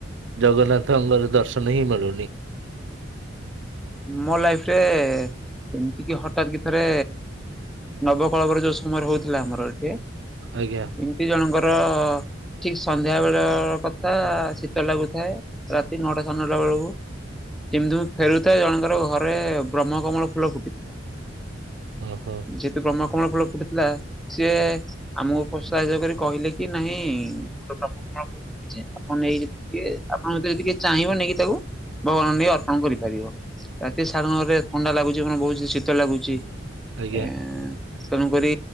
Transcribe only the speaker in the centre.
ମୋ ଲାଇଫ୍ ରେ ଏମ୍ତିକି ହଠାତ୍ କି ଥରେ ନବକଳବର ଯୋଉ ସମୟ ହଉଥିଲା ଆମର ଏଠି
ଏମ୍ତି ଜଣଙ୍କର ଠିକ୍ ସନ୍ଧ୍ୟା ବେଳ କଥା ଶୀତ ଲାଗୁଥାଏ, ରାତି ନଅଟା, ସାଡେ ନଅଟା ବେଳକୁ। ସେମିତି ମୁ ଫେରୁଥାଏ ଜଣଙ୍କର ଘରେ ବ୍ରହ୍ମ କମଳ ଫୁଲ ଫୁଟିଥିଲା।
ଯେହେତୁ ବ୍ରହ୍କକୁମଳ ଫୁଲ ଫୁଟିଥିଲା ସିଏ ଆମକୁ ପ୍ରୋତ୍ସାହିତ କରି କହିଲେ କି ନାଇଁ ଗୋଟେ ପ୍ର୍ମକୁମ ଆପଣ ନେଇକି ଯଦି କିଏ ଆପଣଙ୍କ ଯଦି କିଏ ଚାହିଁ ନେଇକି ତାକୁ ଭଗବାନଙ୍କୁ ନେଇକ ଅର୍ପଣ କରିପାରିବ। ରାତି ସାରା ନରେ ଥଣ୍ଡା ଲାଗୁଛି ମ ବହୁତ ଶୀତ ଲାଗୁଛି ଏ
ତେଣୁକରି